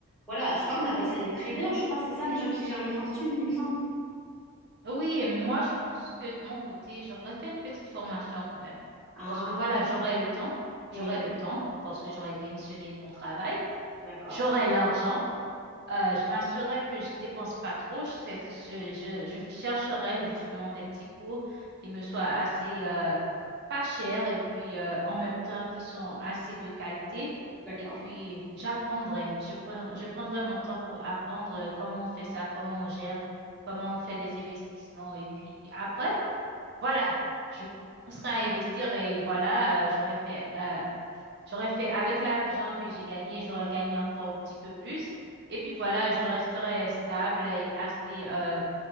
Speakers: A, in the centre; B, on the right.
A: Voilà, je crois qu'on appelle ça les traders, je crois, c'est ça, les gens qui gèrent les fortunes, il me semble.
B: Oui, et moi, je pense que de mon côté, j'aurais fait une petite formation quand même.
A: Ah,
B: Parce que voilà, j'aurais le temps, j'aurais
A: oui,
B: le temps, parce que j'aurais démissionné de mon travail,
A: d'accord,
B: j'aurais l'argent. Euh, je m'assurerai que je dépense pas trop. Je, sais- je, je, je chercherai justement des petits cours qui me soient assez euh, pas chers et puis euh, en même temps qui sont assez de qualité.
A: d'accord.
B: Et puis j'apprendrai. Je prendrai, je prendrai mon temps pour apprendre comment on fait ça, comment on gère, comment on fait des investissements. Et puis après, voilà, je commencerai à investir et voilà, euh, j'aurai fait euh, J'aurais fait avec l'argent que j'ai gagné, j'aurais gagné encore un petit peu plus. Et puis voilà, je resterais stable et assez euh,